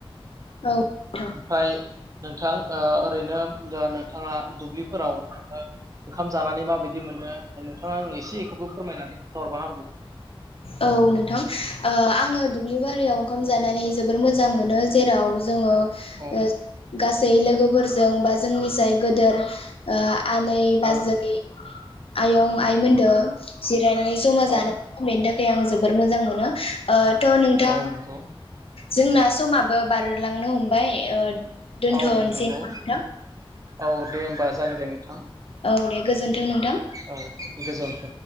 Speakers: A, on the left (about 70°); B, on the right (about 35°).
A: नोंथां
B: ओमफ्राय नोंथां ओ ओरैनो नोंथाङा दुब्लिफोराव ओंखाम जानानै माबायदि मोनो नोंथाङा आं एसेखौबो फोरमायनानै हरबा हामगौ।
A: औ नोंथां ओ आङो दुब्लि बारियाव ओंखाम जानानै जोबोर मोजां मोनो जेराव जोङो ओ
B: औ
A: गासै गासै लोगोफोरजों बा जोंनि जाय गेदेर ओ आनै बाजै
B: औ
A: आयं आइमोनदो जे नानै जमा
B: औ
A: जानो। बेनि थाखाय आं जोबोर मोजां मोनो ओ। द नोंथां।
B: औ नंगौ
A: जोंना समाबो बारलांनो हमबाय दोनथ
B: औ
A: नो
B: नंगौ
A: सै नामा नोंथां।
B: औ दे होमबा जागोन दे नोंथां।
A: औ दे गोजोनथों नोंथां।
B: औ गोजोनथों